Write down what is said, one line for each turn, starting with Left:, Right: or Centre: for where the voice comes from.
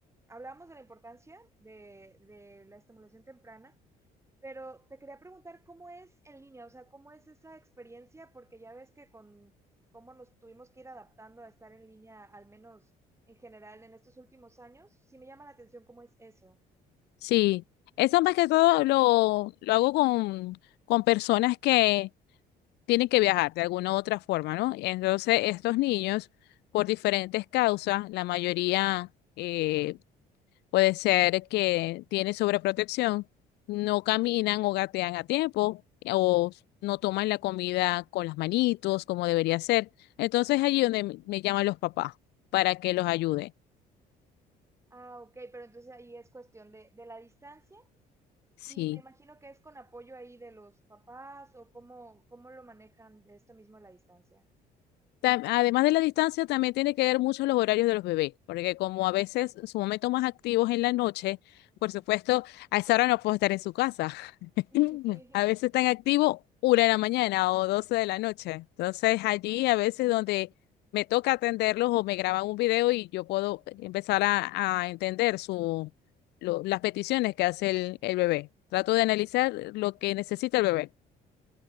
Right: hablamos de la importancia de, de la estimulación temprana, pero te quería preguntar cómo es en línea, o sea, cómo es esa experiencia, porque ya ves que con cómo nos tuvimos que ir adaptando a estar en línea, al menos en general en estos últimos años, sí me llama la atención cómo es eso.
Left: Sí, eso más que todo lo, lo hago con, con personas que tienen que viajar de alguna u otra forma, ¿no? Entonces, estos
Right: Ah,
Left: niños, por diferentes causas, la mayoría eh, puede ser que tiene sobreprotección, no caminan o gatean a tiempo eh, o no toman la comida con las manitos como debería ser. Entonces,
Right: ya.
Left: allí donde me me llaman los papás para que los ayude.
Right: Ah, ok, pero entonces ahí es cuestión de, de la distancia
Left: Sí.
Right: y me imagino que es con apoyo ahí de los papás o cómo, cómo lo manejan de esto mismo de la distancia.
Left: tam- además de la distancia, también tiene que ver mucho los horarios de los bebés, porque como a veces su momento más activo es en la noche, por
Right: Ya.
Left: supuesto, a esa hora no puedo estar en su casa. <laughs>
Right: <laughs> Sí.
Left: A veces están activos una de la mañana o 12 de la noche. Entonces allí a veces donde me toca atenderlos o me graban un video y yo puedo empezar a, a entender su, lo- las peticiones que hace el, el bebé. Trato de analizar lo que necesita el bebé.